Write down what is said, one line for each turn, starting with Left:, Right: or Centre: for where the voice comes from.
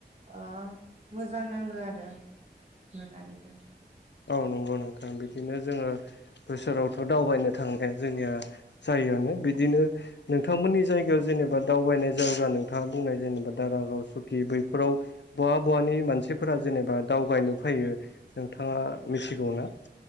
Right: ओ मोजां नाङो आरो नुनानैबो
Left: औ नंगौ नोंथां बिदिनो जोङो बोसोरावथ' दावबायनो थांनाया जोंनिया जायोआनो बिदिनो नोंथांमोननि जायगायाव जेनेबा दावबायनाय जायगा नोंथाङा बुंनाय जेनेबा दारागाव, सुकि बैफोराव बहा बहानि मानसिफोरा जेनेबा दावबायनो फैयो नोंथाङा मिथिगौना?